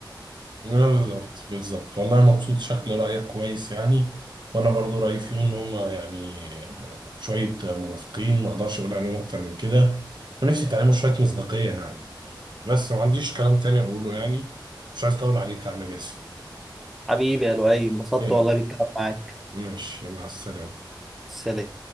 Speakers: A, on the right; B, in the centre.
A: بالظبط بالظبط والله مبسوط شكل رأيك كويس يعني وانا برضو رأيي فيهم ان هم يعني آه، شوية منافقين ما اقدرش اقول عليهم اكتر من كده ونفسي يتعلموا شوية مصداقية يعني بس ما عنديش كلام تاني اقوله يعني مش عايز اطول عليك يا عم باسم
B: حبيبي يا لؤي انبسطت
A: يلا
B: والله بالكلام معاك
A: ماشي مع السلامة
B: سلام